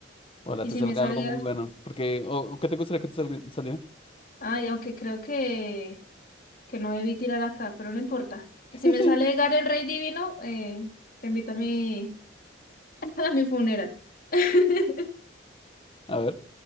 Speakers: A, on the left; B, on the left.
A: ojalá
B: Y
A: te
B: si
A: salga
B: me salga.
A: algo muy bueno, porque, o, o ¿qué te gustaría que te salga- saliera?
B: Ay, aunque creo que. que no debí tirar acá, pero no importa.
A: <laughs>
B: Si me sale Garen Rey Divino, eh, te invito a mi, <laughs> a mi funeral. <laughs>
A: A ver,